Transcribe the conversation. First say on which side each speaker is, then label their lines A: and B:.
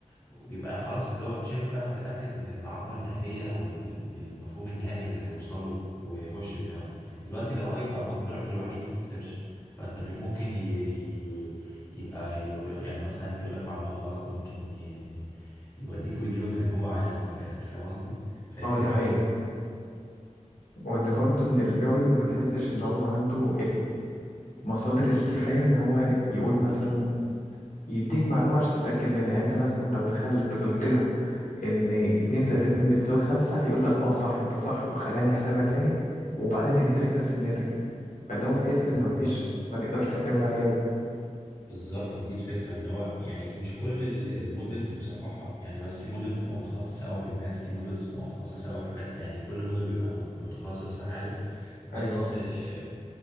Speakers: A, on the left; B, on the left.
A: وبيبقى خلاص اللي هو شبه بقى متأكد من المعلومة النهائية أو ال- ال- المفهوم النهائي اللي هيوصل له وهيخش دماغه دلوقتي ال AI بقى مصدرك الوحيد في السيرش فأنت م- ممكن ي... ي- يبقى ي... يعني مثلا يقول لك معلومات غلط ممكن ي... يوديك ويجيبك زي ما هو عايز من الآخر فاهم قصدي؟ فهي
B: آه،
A: ميزة
B: دي حقيقه
A: وعيب
B: وان برضه ان الاي اي ما تحسش ان هو عنده مصادر الكفاية إن هو يقول مثلا يديك معلومة عشان تتأكد منها يعني أنت مثلا لو دخلت قلت له إن اتنين زائد اتنين بتساوي خمسة هيقول لك أه صح أنت صح وخلينا نحسبها تاني وبعدين هيديلك نفس الناتج فاللي هو تحس إن
A: بالظبط
B: مفيش ما تقدرش تعتمد عليه أوي
A: بالظبط ما دي الفكره ان هو يعني مش كل ال- المودلز بصراحه يعني بس في موديل بتبقى متخصصه قوي في الماس في موديلز بتبقى متخصصه قوي في حاجات يعني كل موديل بيبقى مت- متخصص في حاجه بس
B: ايوه بس
A: آه،